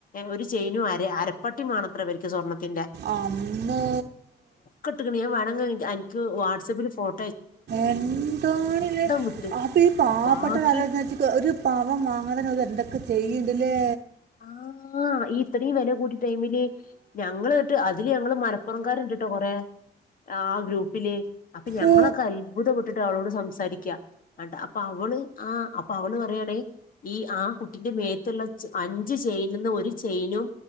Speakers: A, on the left; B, on the right.
A: ഒരു ചെയിനും അര അരപ്പട്ടിമാണെത്ര ഇവർക്ക് സ്വർണ്ണത്തിന്റെ.
B: അമ്മോ
A: കെട്ട്ക്ക്ണ ഞാൻ വാണങ്കി അൻക്ക് വാട്സആപ്പിൽ ഫോട്
B: എന്താണില്ലേ
A: വിട്ട്
B: അപ്പൊ ഈ പാവപ്പെട്ട
A: ബാക്കി
B: <unintelligible> ഒര് പവൻ വാങ്ങാന് ഓല് എന്തൊക്കെ ചെയ്യ്ണ്ടില്ലേ?
A: ആഹ് ഈ ഇത്രയും വില കൂടിയ ടൈമില്. ഞങ്ങള് ഇട്ട് അതില് ഞങ്ങള് മലപ്പുറംകാര് ഇണ്ട്ട്ടോ കൊറെ ആഹ് ഗ്രൂപ്പില്. അപ്പൊ ഞങ്ങളൊക്കെ
B: ഓ
A: അത്ഭുതപ്പെട്ടിട്ട അവളോട് സംസാരിക്ക അപ്പൊ അവള്. ആഹ് അപ്പൊ അവള് പറയാണേ ഈ ആഹ് കുട്ടിന്റെ മേത്തുള്ള ചെ അഞ്ച് ചെയിനിന്ന് ഒരു ചെയിനും